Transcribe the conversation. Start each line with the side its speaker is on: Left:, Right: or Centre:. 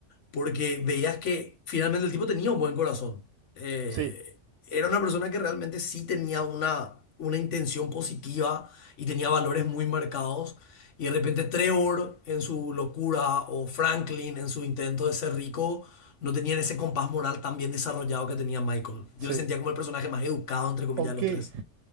Left: porque veías que finalmente el tipo tenía un buen corazón. Eh,
Right: sí,
Left: era una persona que realmente sí tenía una, una intención positiva y tenía valores muy marcados. Y de repente Trevor en su locura o Franklin en su intento de ser rico no tenían ese compás moral tan bien desarrollado que tenía Michael.
Right: sí.
Left: Yo le sentía como el personaje más educado, entre comillas,
Right: Aunque
Left: de los tres.